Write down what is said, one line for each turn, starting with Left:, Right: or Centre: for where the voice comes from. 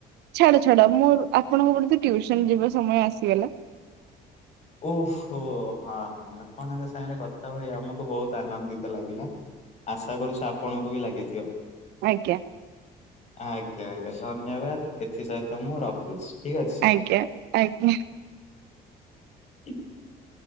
Right: ଛାଡ ଛାଡ ମୋର ଆପଣଙ୍କ ଗଟ ତ ଟଟିୁସନ ଯିବା ସମୟ ଆସିଗଲା।
Left: ଓହୋ ହଁ ହଁ ଆପଣଙ୍କ ସାଙ୍ଗରେ କଥା ହୋଇ ଆମକୁ ବହୁତ ଆନନ୍ଦିତ ଲାଗିଲା। ଆଶା କରୁଛୁ ଆପଣଙ୍କୁ ବି ଲାଗିଥିବ।
Right: ଆଜ୍ଞା
Left: ଆଜ୍ଞା ଆଜ୍ଞା ଧନ୍ୟବାଦ ଏଥି ସହିତ ମୁଁ ରଖୁଛି ଠିକ ଅଛି।
Right: ଆଜ୍ଞା। ଆଜ୍ଞା।
Left: <inaudible>